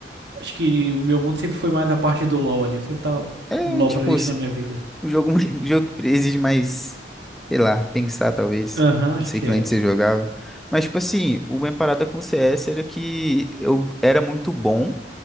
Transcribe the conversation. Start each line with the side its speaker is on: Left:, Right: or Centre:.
Right: acho que o meu mundo sempre foi mais a parte do LoL ali. Eu sempre tava
Centre: É,
Right: um LoL
Centre: tipo,
Right: presente
Centre: se-
Right: na minha vida.
Centre: o jogo, <laughs> o jogo exige mais, sei lá, pensar talvez.
Right: Aham, acho
Centre: Não sei
Right: que
Centre: que
Right: é.
Centre: lane você jogava. Mas, tipo assim, o minha parada com o CS era que eu era muito bom.